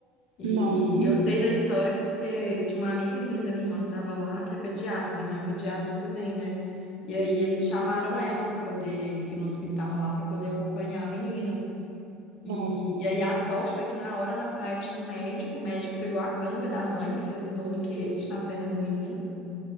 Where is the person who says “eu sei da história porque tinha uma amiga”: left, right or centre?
Left